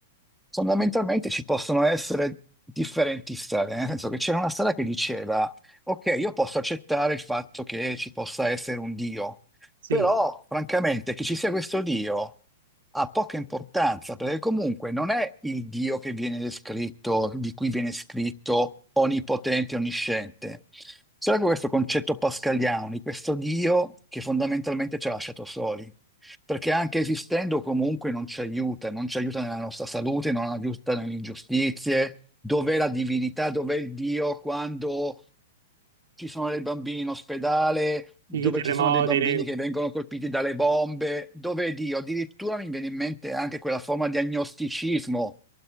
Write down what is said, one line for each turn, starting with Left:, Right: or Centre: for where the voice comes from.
Centre: fondamentalmente ci possono essere differenti strade, nel senso che c'era una strada che diceva, ok, io posso accettare il fatto che ci possa essere un Dio,
Right: sì,
Centre: però, francamente, che ci sia questo Dio ha poca importanza, perché comunque non è il Dio che viene descritto, di cui viene scritto onnipotente, onnisciente. C'era questo concetto pascaliano di questo Dio che fondamentalmente ci ha lasciato soli, perché anche esistendo comunque non ci aiuta, non ci aiuta nella nostra salute, non aiuta nelle ingiustizie. Dov'è la divinità? Dov'è il Dio quando ci sono dei bambini in ospedale, dove
Right: i terremoti,
Centre: ci sono dei bambini
Right: le-
Centre: che vengono colpiti dalle bombe, dove Dio, addirittura mi viene in mente anche quella forma di agnosticismo